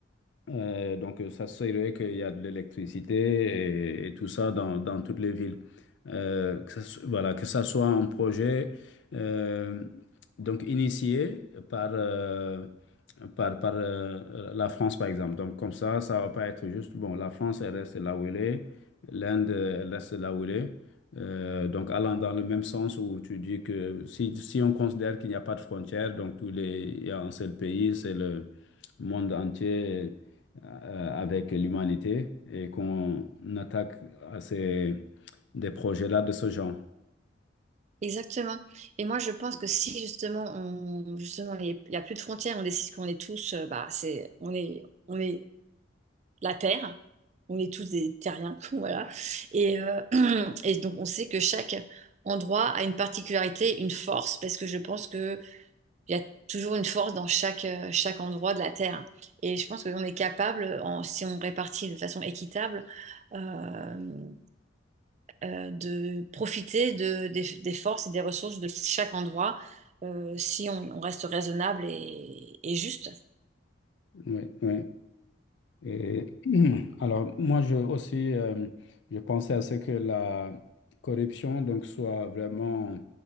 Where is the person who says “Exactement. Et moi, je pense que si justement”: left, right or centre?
Right